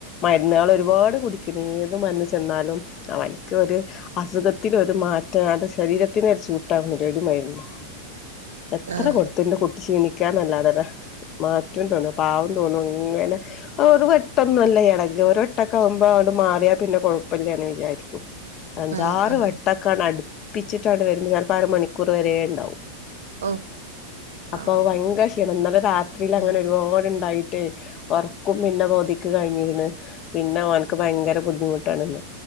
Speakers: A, on the left; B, on the right.
A: മരുന്നുകൾ ഒരുപാട് കുടിക്കണ് ഏത് മരുന്ന് ചെന്നാലും അവൻ ക്ക് ഒരു അസുഖത്തിന് ഒരു മാറ്റം ടെ ശരീരത്തിന് ഒരു സുയിട്ടകുന്നില്ല ഒരു മരുന്നും എത്ര
B: ആഹ്
A: കൊടുത്തു ന്റെ കു ക്ഷീണിക്കാനല്ലാതല്ല മാറ്റ തോന്നും പാവം തോന്നും അങ്ങനെ ഒരു വെട്ടൊന്നുല്ല ഇട ഒരു വെട്ടക്കെ ആവുമ്പോമാറിയാ പിന്നെ കുഴപ്പമില്ലന്ന് വിചാരിച്ച അഞ്ചാറ്
B: ആഹ് ആഹ്
A: വെട്ടൊക്കാണ് അടുപ്പിച്ചിട്ടാണ് വരുമ്പൾ ചിലപ്പോ അര മണിക്കൂർ വര ഉണ്ടാവും
B: ഓ
A: അപ്പൊ
B: ആഹ്
A: ഭയങ്കര ക്ഷീണംന്നല രാത്രിൽ അങ്ങനെ
B: ആഹ്
A: ഒരുപാട്ണ്ടായിട്ടേ ഒറക്കും പിന്നെ പകുതിക്ക് കഴിഞ്ഞിക്ക് ണ് പിന്നെ ഒന്ക്ക് ഭയങ്കര ബുദ്ധിമുട്ടാണ്ന്ന്